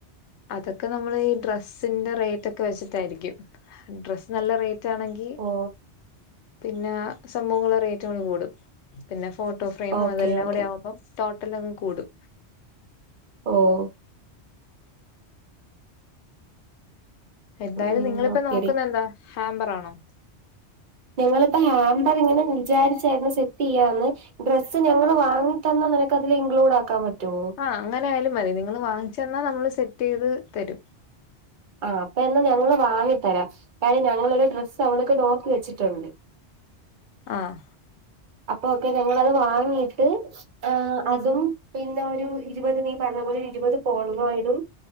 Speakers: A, on the left; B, on the right.
A: അതൊക്കെ നമ്മള് ഈ ഡ്രസ്സിന്റെ റേറ്റ് ഒക്കെ വെച്ചിട്ടായിരിക്കും ഡ്രസ്സ് നല്ല റേറ്റ് ആണെങ്കി ങ്കി
B: ഓ
A: പിന്നെ സംഭവങ്ങളെ റേറ്റ് അങ്ങ് കൂടും പിന്നെ ഫോട്ടോ ഫ്രെയിമും
B: ഓക്കെ
A: അതെല്ലാം
B: ഓക്കെ
A: കൂടി ആകുമ്പോം ടോട്ടൽ അങ് കൂടും
B: ഓഹ്
A: എന്തായാലും
B: ഉം
A: നിങ്ങളിപ്പ
B: ഓക്കെടി
A: നോക്കുന്നന്താ ഹാമ്പറാണോ.
B: ഞങ്ങളിപ്പോ ഹാമ്പർ ഇങ്ങനെ വിചാരിച്ചായിരുന്നു സെറ്റ്യ്യാന്ന്. ഡ്രസ്സ് ഞങ്ങള് വാങ്ങി തന്നാ നിനക്ക് അതില് ഇൻക്ലൂഡ് ആക്കാൻ പറ്റോ
A: ആഹ അങ്ങനെ ആയാലും മതി നിങ്ങള് വാങ്ങിച്ചന്ന നമ്മൾ സെറ്റ്യ്ത് തരും.
B: ആഹ് അപ്പ എന്നാ ഞങ്ങള് വാങ്ങി തരാം. കാര്യം ഞങ്ങളൊരു ഡ്രസ്സ് അവൾക്ക് നോക്കി വെച്ചിട്ടുണ്ട്.
A: ആഹ്
B: അപ്പൊ ഒക്കെ. ഞങ്ങളത് വാങ്ങിയിട്ട്.. ആഹ് അതും പിന്നെ ഒരു ഇരുപത് നീ പറഞ്ഞ പോലെ ഇരുപത് പോളവോയിടും.